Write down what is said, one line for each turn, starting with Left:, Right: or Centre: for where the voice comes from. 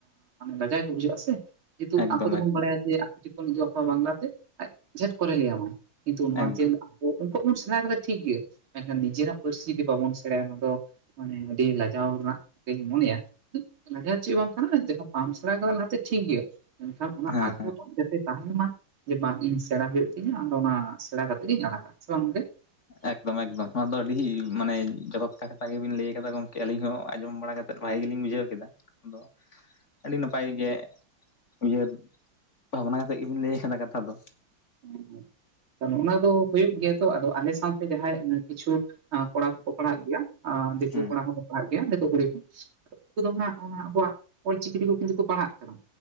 Right: ᱞᱟᱡᱟ ᱜᱮ ᱵᱩᱡᱷᱟᱹᱜ ᱟ ᱥᱮ ᱡᱮᱦᱮᱛᱩ
Left: ᱮᱠᱫᱚᱢ
Right: ᱟᱠᱚ ᱫᱚᱵᱚᱱ
Left: ᱮᱠᱫᱚᱢ
Right: ᱵᱟᱲᱟᱭᱟ ᱡᱮ ᱟᱠᱚ ᱴᱷ <inaudible> ᱵᱟᱝᱞᱟᱛᱮ ᱡᱷᱮᱴ ᱠᱚᱨᱮ ᱞᱟᱹᱭᱭᱟᱢᱟᱭ ᱤ ᱛ <inaudible> ᱩᱱᱠᱩᱣᱟᱜ
Left: ᱮᱠᱫᱚᱢ
Right: ᱵᱚᱱ ᱥᱮᱬᱟ ᱠᱟᱫᱟ ᱴᱷᱤᱠ ᱜᱮᱭᱟ ᱢᱮᱱᱠᱷᱟᱱ ᱱᱤᱡᱮᱨᱟᱜ ᱯᱟᱹᱨᱥᱤ ᱡᱩᱚᱫᱤ ᱵᱟᱵᱚᱱ ᱥᱮᱬᱟᱭᱟ ᱚᱱᱟ ᱫᱚ ᱢᱟᱱᱮ ᱟᱹᱰᱤ ᱞᱟᱡᱟᱣ ᱨᱮᱱᱟᱜ ᱧ <unintelligible> ᱢᱚᱱᱮᱭᱟᱟ ᱪᱮᱫ ᱵᱟᱝ ᱠᱟᱱᱟ ᱵᱟᱢ ᱥᱮᱬᱟ ᱠᱮᱫᱫᱟ ᱞᱟᱦᱟᱛᱮ ᱴᱷᱤᱠ ᱜᱮᱭᱟ ᱢᱮᱱᱠᱷᱟᱱ ᱚᱱᱟ
Left: ᱦᱮᱸ
Right: ᱟᱜᱨᱚᱦᱚ ᱴᱟᱜ ᱡᱟᱛᱮ ᱛᱟᱦᱮᱱ ᱢᱟ᱾ ᱡᱮ ᱵᱟᱝ ᱤᱧ ᱥᱮᱬᱟ ᱦᱩᱭᱩᱜ ᱛᱤᱧᱟᱹ ᱟᱫᱚ ᱚᱱᱟ ᱥᱮᱬᱟ ᱠᱟᱛᱮ ᱜᱤᱧ ᱟᱲᱟᱜᱟ ᱥᱮ ᱵᱟᱝ ᱜᱚᱢᱠᱮ <inaudible>
Left: ᱮᱠᱫᱚᱢ ᱮᱠᱫᱚᱢ ᱱᱚᱣᱟ ᱫᱚ ᱟᱹᱰᱤ ᱢᱟᱱᱮ ᱡᱚᱛᱚ <unintelligible> ᱠᱟᱛᱷᱟ ᱜᱮᱵᱤᱱ ᱞᱟᱹᱭ ᱠᱟᱫᱟ ᱜᱚᱢᱠᱮ ᱟᱹᱞᱤᱧ ᱦᱚᱸ ᱟᱸᱚᱢ ᱵᱟᱲᱟ ᱠᱟᱛᱮᱫ ᱵᱷᱟᱜᱮ ᱜᱮᱞᱤᱧ ᱵᱩᱡᱷᱟᱹᱣ ᱠᱮᱫᱟ ᱟᱫᱚ ᱟᱹᱰᱤ ᱱᱟᱯᱟᱭ ᱜᱮ ᱩᱦᱟᱹᱨ ᱵᱷᱟᱵᱽᱱᱟ ᱠᱟᱛᱮᱫ ᱜᱮᱵᱤᱱ ᱞᱟᱹᱭ ᱟᱠᱟᱫᱟ ᱠᱟᱛᱷᱟ ᱫᱚ
Right: ᱚᱸ <unintelligible> ᱱᱚ ᱚᱱᱟ ᱫᱚ ᱦᱩᱭᱩᱜ ᱜᱮᱭᱟ ᱛᱚ ᱟᱫᱚ ᱟᱞᱮ ᱥᱟᱶᱛᱮ ᱡᱟᱦᱟᱸᱭ ᱠᱤᱪᱷᱩ ᱠᱚᱲᱟ ᱠᱚᱠᱚ ᱯᱟᱲᱦᱟᱜ ᱜᱮᱭᱟ ᱫᱤᱠᱩ
Left: ᱦᱮᱸ
Right: ᱠᱚᱲᱟ ᱦᱚᱸᱠᱚ ᱯᱟᱲᱦᱟᱜ ᱜᱮᱭᱟ ᱭᱟ <unintelligible> ᱫᱤᱠᱩ ᱠᱩᱲᱤ ᱠᱚ ᱩᱱᱠᱩ ᱫᱚ ᱦᱟᱸᱜ ᱚᱱᱟ ᱟᱵᱚᱣᱟᱜ ᱚᱞ ᱪᱤᱠᱤ ᱠᱚ ᱠᱤᱱᱛᱩ ᱠᱚ ᱯᱟᱲᱦᱟᱜ ᱠᱟᱱᱟ᱾